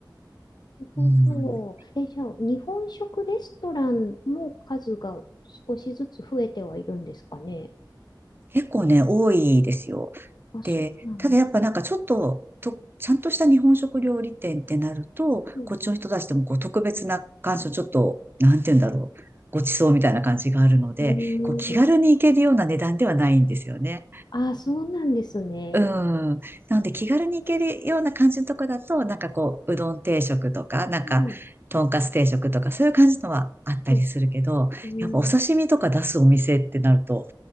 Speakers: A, on the left; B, on the right.
A: るほど。
B: うん、
A: え、じゃあ、日本食レストランも数が少しずつ増えてはいるんですかね。
B: 結構ね、多いですよ。
A: あ、そうなんです。
B: で、ただやっぱなんかちょっと、と、ちゃんとした日本食料理店ってなると、
A: うん、
B: こっちの人たちでもこう特別な感想、ちょっと、なんて言うんだろう、ごちそうみたいな感じがあるので、
A: うん。
B: こう気軽に行けるような値段ではないんですよね。
A: うーん。あ、そうなんですね。
B: うん。なので気軽に行けるような感じのとこだと、なんかこう、うどん定食とか、なんか、
A: うん。
B: とんかつ定食とか、そういう感じのはあったりするけど、
A: うんうん
B: やっぱお刺身とか出すお店ってなると、